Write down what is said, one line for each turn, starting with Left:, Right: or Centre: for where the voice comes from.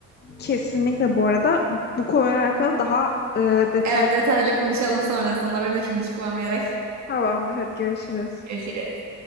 Left: Kesinlikle bu arada bu konuyla alakalı daha e, detaylı.
Right: Evet detaylı konuşalım sonrasında. Benim de şimdi çıkmam gerek.
Left: Tamamdır hadi görüşürüz.
Right: Görüşürüz.